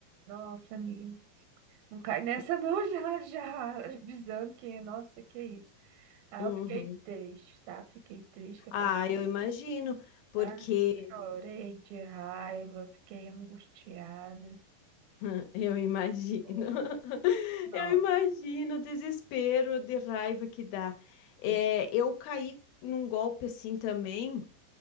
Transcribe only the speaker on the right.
Nossa, amiga, não cai nessa não, <laughs> já, já, avisando que, nossa, que isso. Aí
eu fiquei triste, tá? Fiquei triste, que eu
falei.
Ah, chorei de raiva, fiquei angustiada.
Foi.
Nossa.
Sim.